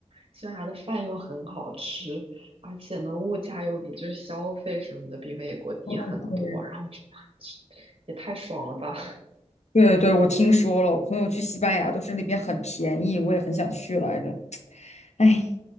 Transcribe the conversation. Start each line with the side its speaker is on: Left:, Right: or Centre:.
Right: 西班牙的饭又很好吃，而且呢，物价又比就是消费什么的比美国低很多。
Left: 哦，对
Right: 然后我说哇，这也太爽了吧！
Left: 对对，我听说了，我朋友去西班牙都是那边很便宜，我也很想去来着。哎，